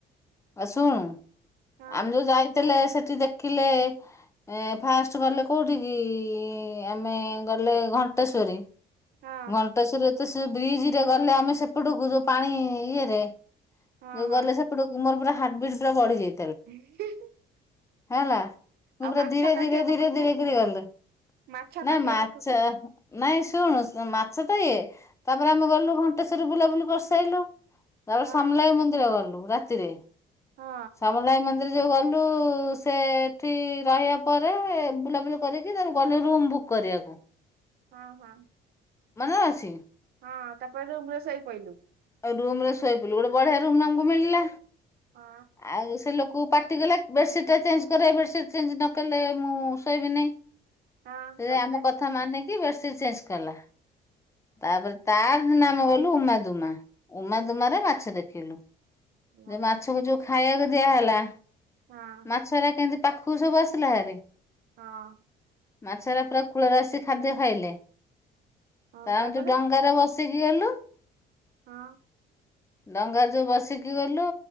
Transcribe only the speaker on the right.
ହଁ
ହଁ
ହଁ
ହଁ।
<unintelligible>
ଆଉ
ମାଛ
କାଟିବା
ପାଖକୁ
ମାଛ
କାଟିବା
ପାଖକୁ
ହଁ
ହଁ
ହଁ ହଁ।
ହଁ ତାପରେ ରୁମ୍ ରେ ଶୋଇ ପଇଲୁ।
ହଁ
ହଁ
ତାପରେ
ହଁ
ହଁ
ହଁ।
ହଁ
ତାପରେ
ହଁ।